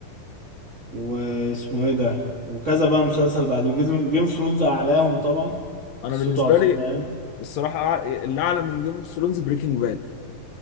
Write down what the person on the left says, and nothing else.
انا
بالنسبه
لي
الصراحه أع- اللي اعلى من جيم اوف ثرونز بريكنج باد